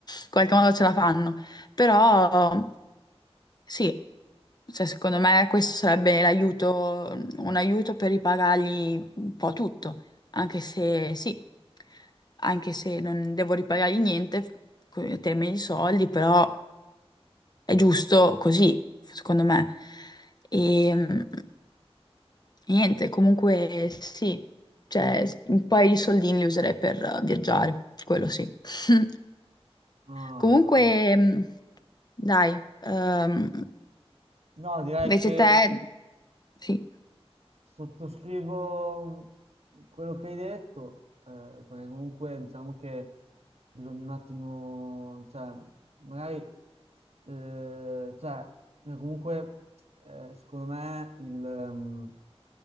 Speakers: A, on the left; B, on the right.
A: qualche modo ce la fanno. Però sì, cioè, secondo me questo sarebbe l'aiuto, un aiuto per ripagargli un po' tutto, anche se sì, anche se non devo ripagargli niente, in termini di soldi, però... È giusto così, secondo me. E mm, niente, comunque sì, cioè un paio di soldini li userei per eh, viaggiare, quello sì. <laughs>
B: Ah,
A: Comunque,
B: ah.
A: mm, dai, ehm,
B: no, direi
A: invece
B: che
A: te, sì,
B: sottoscrivo quello che hai detto, eh, perché comunque diciamo che bisogna un attimo, cioè, magari, eh, cioè, eh, comunque, eh, secondo me il, ehm,